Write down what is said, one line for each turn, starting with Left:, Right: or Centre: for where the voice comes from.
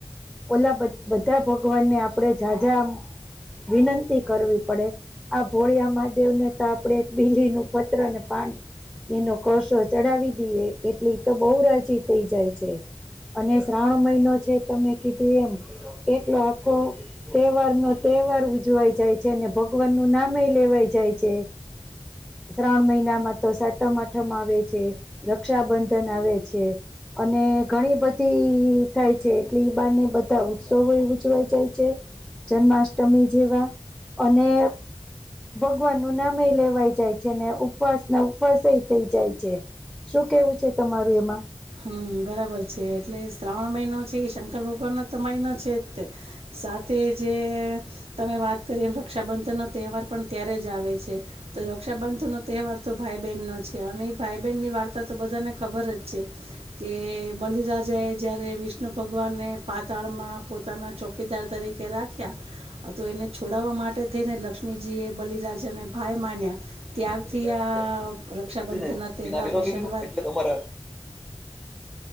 Centre: ઓલા બધ બધા ભગવાનને આપડે જા જા વિનંતી કરવી પડે. આ ભોળિયા મહાદેવને તો આપડે બીલીનું પત્રને પાણ એનો કળસો ચડાવી દઈએ એટલે ઈ તો બઉ રાજી થઈ જાય છે. અને શ્રાવણ મહિનો છે. તમે કીધું એમ એટલો આખો તહેવાર નો તે તહેવાર ઉજવાય જાય છે. ને ભગવાનનું નામય લેવાય જાય છે. શ્રાવણ મહિનામાં તો સાતમ-આઠમ આવે છે. રક્ષાબંધન આવે છે. અને ઘણી બધી થાય છે. એટલે ઈ બાને બધા ઉત્સવય ઉજવાય જાય છે. જન્માષ્ટમી જેવા અને ભગવાનનું નામય લેવાય જાય છે. ને ઉપવાસના ઉપવાસ થઈ જાય છે. શું કેવું છે તમારું એમાં
Right: હમ્મ બરા બર છે. એટલે શ્રાવણ મહિનો છે એ શંકર ભગવાનનો તો મહિનો છે જ તે સાથે જે તમે વાત કરી એમ રક્ષાબંધનનો તહેવાર પણ ત્યારે જ આવે છે. તો રક્ષાબંધન તહેવાર તો ભાઈ-બહેનનો છે. અને ઈ ભાઈ-બહેનની વાર્તાતો બધાને ખબર જ છે. કે, બલિરાજાએ જ્યારે વિષ્ણુ ભગવાનને પાતાળમાં પોતાના ચોકીદાર તરીકે કે રાખ્યા તો એને છોડવા માટે થઈને લક્ષ્મીજીએ બલિરાજાને ભાઈ માન્યા ત્યારથી
Centre: <unintelligible>
Right: આ રક્ષાબંધનના તહેવારની શરૂઆત
Centre: એટલે તમારે